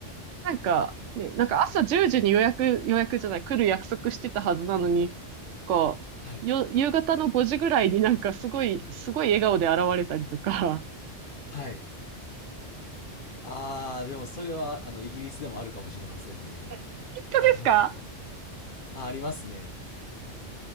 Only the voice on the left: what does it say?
い
はいああ、でもそれは、あの、イギリスでもあるかもしれませんね。
あの、あ、ありますね。